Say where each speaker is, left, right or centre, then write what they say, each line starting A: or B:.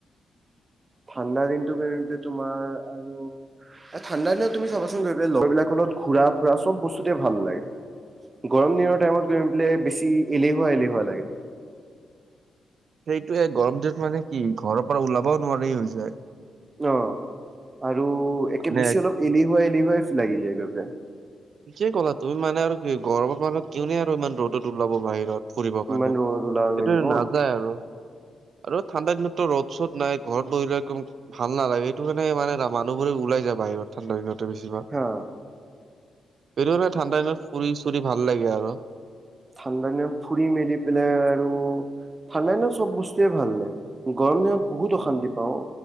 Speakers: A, on the right; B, on the right.
A: ঠাণ্ডা দিনটো <unintelligible> তোমাৰ আৰু এ ঠাণ্ডা দিনত তুমি চাবচোন গৈ পেলাই লগৰবিলাক লগত ঘূৰা-ফুৰা চ'ব বস্তুতেই ভাল লাগে। গৰম দিনৰ টাইমত গৈ পেলাই বেছি এলেহুৱা এলেহুৱা লাগে।
B: সেইটোয় গৰম দিনত মানে কি ঘৰৰ পৰা ওলাবও নোৱাৰি হৈ যায়।
A: অ', আৰু একে
B: মানে
A: বেছি অলপ এলিহুৱা এলিহুৱাই লাগি যায় গৈ পেলাই।
B: যি ক'লা তুমি মানে আৰু কি গৰত মানুহ কিয়নে আৰু ইমান ৰ'দত ওলাব বাহিৰত। ফুৰিবৰ কাৰণে,
A: ইমান ৰ'দত ওলাব
B: এইটো
A: মেলিব
B: নাযায় আৰু। আৰু ঠাণ্ডা দিনতটো ৰ'দ-চ'দ নাই ঘৰত বহিলেও ভাল নালাগে, এইটো কাৰোনে মানুহবোৰে ওলাই যায় বাহিৰত ঠাণ্ডা দিনতে বেছি ভাগ।
A: হা
B: এইটো মানে ঠাণ্ডা দিনত ফুৰি-চুৰি ভাল লাগে আৰু।
A: ঠাণ্ডা দিনত ফুৰি মেলি পেলাই আৰু ঠাণ্ডা দিনত চ'ব বস্তুয়ে ভাল লাগে, গৰম দিনত বহুত অশান্তি পাওঁ।